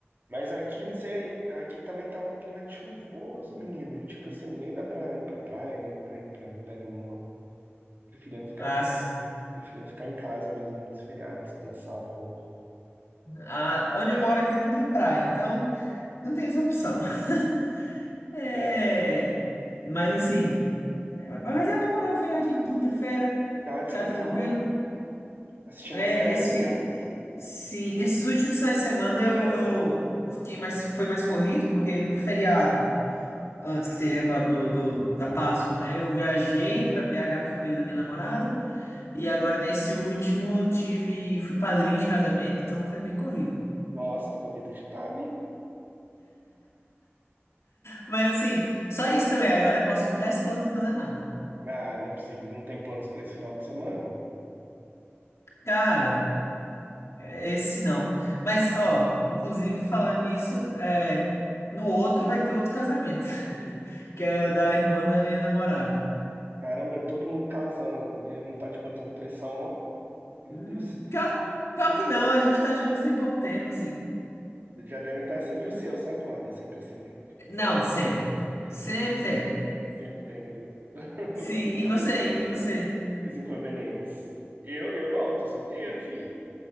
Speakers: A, on the right; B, on the left.
A: Mas aqui, não sei, aqui também tá um clima de chuvoso, menino. E, Tipo assim, nem dá pra ir pra praia, nem pra ir pra lugar nenhum, não. Preferindo ficar
B: Ah,
A: em,
B: sim.
A: preferindo ficar em casa mesmo nesse feriado, descansar um pouco.
B: Ah, onde eu moro aqui não tem praia, então não tem essa opção. <laughs> É.
A: É,
B: Mas assim, é- mas é bom dar um feriadinho em quinta-feira,
A: dá uma descansada,
B: ficar tranquilo.
A: assistir
B: É,
A: uma série,
B: esse,
A: um filme.
B: sim, esses últimos finais de semana eu, eu fiquei mais, foi mais corrido, porque no feriado. antes que teve agora do, do- da Páscoa, né? Eu viajei pra BH com a família da minha namorada e agora nesse último eu tive, fui padrinho de casamento, então foi bem corrido.
A: Nossa, tá com a vida agitada, hein?
B: Mas assim, só isso também. Agora eu passo o resto do ano sem fazer nada.
A: Ah, não é possível. Não tem planos pra esse final de semana?
B: Cara, esse não. Mas ó, inclusive falando nisso, é, no outro vai ter outro casamento, <laughs> que é o
A: Não,
B: da
A: meu.
B: irmã da minha namorada.
A: Caramba, é todo mundo casando. Já não tá te botando pressão, não? E, e
B: Hum,
A: o, s-
B: pior, pior
A: e o
B: que
A: seu?
B: não, a gente tá junto tem pouco tempo, assim.
A: É, já devem estar assim. E o seu? Sai quando? É sempre assim, né?
B: Não, sempre. Sempre
A: Eu
B: tem.
A: sempre tenho os <laughs>
B: Sim, e você? E você?
A: os inconvenientes. Eu, eu não, tô solteiro, filho.